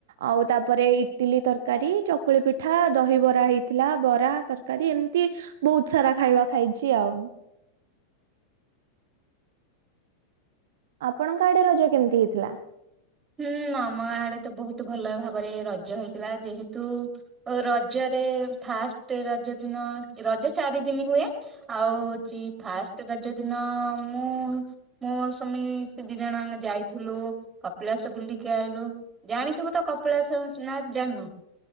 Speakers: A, on the right; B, on the right.
A: ଆଉ ତାପରେ ଇଟିଲି ତରକାରୀ ଚକୁଳି ପିଠା ଦହି ବରା ହେଇଥିଲା ବରା ତର୍ କାରୀ ଏମତି ବୋହୁତ ସାରା ଖାଇବା ଖାଇଛି ଆଉ। ଆପଣଙ୍କ ଆଡେ ରଜ କେମିତି ହେଇଥିଲା?
B: ହୁଁ ଆମ ଆଡେ ତ ବୋହୁତ ଭଲ ଭାବରେ ରଜ ହେଇଥିଲା ଯେହେତୁ ଓ ରଜରେ ଫାଷ୍ଟେ ରଜଦିନ ରଜ ଚାରିଦିନି ହୁଏ ଆଉ ଚି ଫାଷ୍ଟ୍ ରଜ ଦିନ ମୁଁ ମୁଁ ମୋ ସ୍ୱାମୀ ସେ ଦିଜଣ ଆମେ ଯାଇଥିଲୁ କପିଳାସ ବୁଲିକି ଆଇଲୁ ଜାଣିଥିବ ତ କପିଳାସ ନା ଜାଣନ?